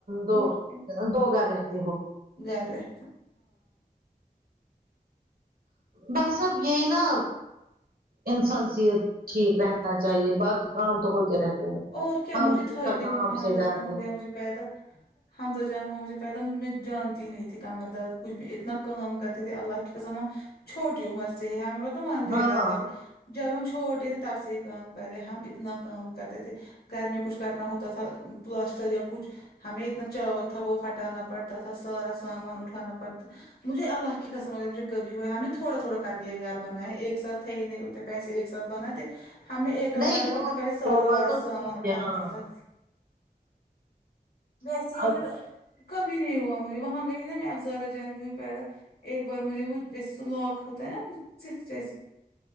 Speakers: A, on the right (about 65°); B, on the left (about 75°).
A: دو
B: اور کیا
A: دو گھر رہتے ہو
B: گھر رہیں
A: بس اب یے نا انسان صحت ٹھیک رہنا نا چاہیے باقی کام تو ہوتے رہتے ہیں
B: اور کیا
A: ہم
B: مجھے
A: ان
B: تھا
A: کا
B: دیکھو
A: کام سے ڈرتے
B: مجھے پیدا حمد جان ہوا مجھے پیدا مجھے میں جانتی نہیں تھی کمر درد کچھ اتنا کام کرتے تھے اللہ کی قسم چھوٹی عمر سے ہی ہمیں تو مانتے
A: ہاں
B: ہیں گھر والے جب ہم چھوٹے تھے تب سے ہی کام کرے ہم اتنا کام کرتے تھے گھر میں کچھ کرنا ہوتا تھا پلاسٹر یا کچھ ہمیں اتنا چاول تھا وہ ہٹ ہٹھانا پڑتا تھا سارا سامان اٹھانا پڑتا مجھے اللہ کی قسم اگر مجھے کبھی ہوا ہے ہم نے تھوڑا تھوڑا کر کے یہ گھر بنا ہے ایک ساتھ تھے ہی نہیں پیسے ایک ساتھ بنا تے ہمیں ایک کام
A: نہیں
B: کرنا
A: وہ
B: پڑتا پہلے سارا
A: وہ بات تو ٹھیک
B: سامان اٹھانا
A: ہے ہاں
B: پڑتا ویسے ہی
A: اب
B: پھر کبھی نہیں ہوا مجھے وہاں گئی نا میں افزارا جان بھی ہوئی پیدا ایک بار مجھے وہ جیسے س لاک ہوتا ہے نا چت جیسے